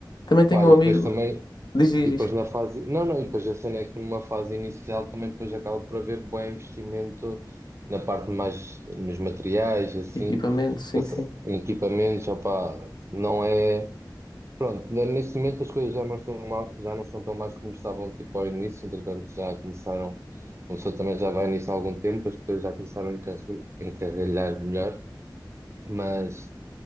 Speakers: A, on the left; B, on the right.
A: Também
B: Epá,
A: tenho um
B: e
A: amigo,
B: depois também,
A: diz, diz,
B: e
A: diz.
B: depois na fase, não, não, e depois a cena é que numa fase inicial também depois acaba por haver bom investimento na parte mais, nos materiais, assim,
A: equipamento, sim, sim.
B: em equipamentos, opá, não é. Pronto, né, neste momento as coisas já não estão mal, já não estão tão mais como estavam tipo ao início, entretanto já começaram, começou também já vai nisso há algum tempo, as coisas já começaram a encarri- encarrilhar melhor, mas